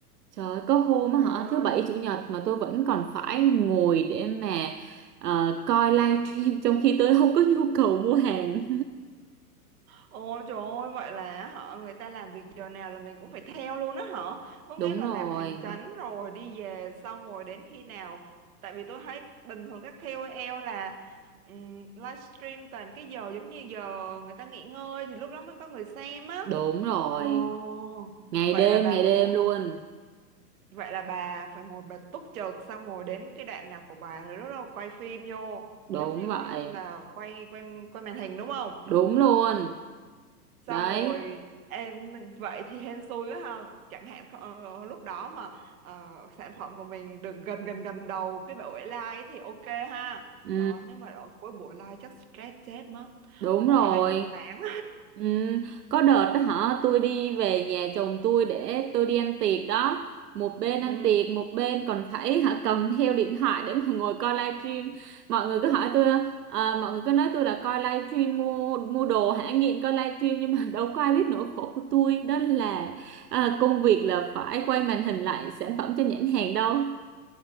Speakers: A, on the right; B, on the right.
A: trời ơi, có hôm á
B: Trời
A: hả
B: ơi,
A: thứ bảy chủ nhật mà tôi vẫn còn phải ngồi để mà ờ, coi live stream trong khi tôi không có nhu cầu mua hàng
B: Ôi trời ơi, vậy là họ người ta làm việc giờ nào là mình cũng phải theo luôn á hả? Có nghĩa
A: đúng
B: là
A: rồi
B: làm hành chánh rồi đi về xong rồi đến khi nào? Tại vì tôi thấy bình thường các KOL là um, livestream toàn cái giờ giống như giờ người ta nghỉ ngơi thì lúc đó mới có người xem á.
A: đúng rồi
B: Ồ,
A: ngày
B: vậy
A: đêm
B: là bà
A: ngày
B: phải
A: đêm
B: ngồi,
A: luôn
B: vậy là bà phải ngồi bà túc trực xong rồi đến cái đoạn nào của bà thì lúc đó quay phim vô,
A: Đúng
B: giống như
A: vậy.
B: là quay quay quay màn hình đúng không?
A: Đúng luôn.
B: xong
A: Đấy.
B: rồi em mình vậy thì hên xui quá ha chẳng hạn ờ, lúc đó mà ờ, sản phẩm của mình được gần gần gần đầu cái buổi live ấy thì ok ha
A: Ừ,
B: trời ơi, nếu mà ở cuối buổi live chắc stress chết mất
A: đúng
B: một
A: rồi.
B: hai giờ sáng
A: Ừ, có đợt đó hả tôi đi về nhà chồng tôi để tôi đi ăn tiệc đó một bên ăn
B: <laughs> ừ
A: tiệc một bên còn phải hả cầm theo điện thoại để mà ngồi coi livestream mọi người cứ hỏi tôi à, mọi người cứ nói tôi là coi livestream mua mua đồ hả nghiện coi livestream nhưng mà đâu có ai biết nỗi khổ của tôi đó là à, công việc là phải quay màn hình lại sản phẩm cho nhãn hàng đâu